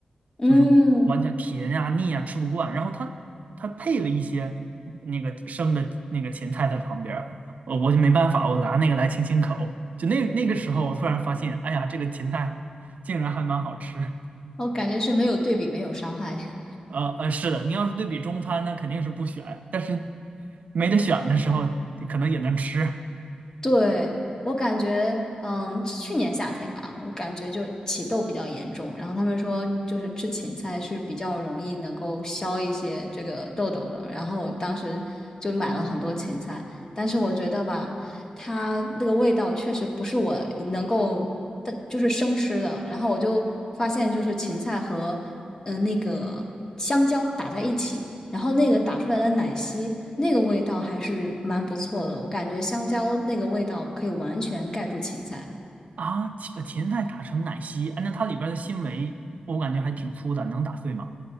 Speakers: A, on the left (about 25°); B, on the right (about 70°).
A: 嗯，
B: 就是完全甜呀、腻呀、吃不惯。然后它它配了一些那个生的那个芹菜在旁边儿，呃，我就没办法，我拿那个来清清口。就那那个时候，我突然发现，哎呀，这个芹菜竟然还蛮好吃。
A: 我感觉是没有对比，没有伤害。
B: 呃呃，是的，你要是对比中餐，那肯定是不选，但是没得选的时候，可能也能吃
A: 对，我感觉，嗯，去年夏天吧，我感觉就起痘比较严重，然后他们说就是吃芹菜是比较容易能够消一些这个痘痘的，然后我当时就买了很多芹菜，但是我觉得吧，它那个味道确实不是我能够的，就是生吃的。然后我就发现，就是芹菜和嗯、呃那个香蕉打在一起，然后那个打出来的奶昔，那个味道还是蛮不错的。我感觉香蕉那个味道可以完全盖住芹菜。
B: 啊。把芹菜打成奶昔，按照它里边的纤维，我感觉还挺粗的，能打碎吗？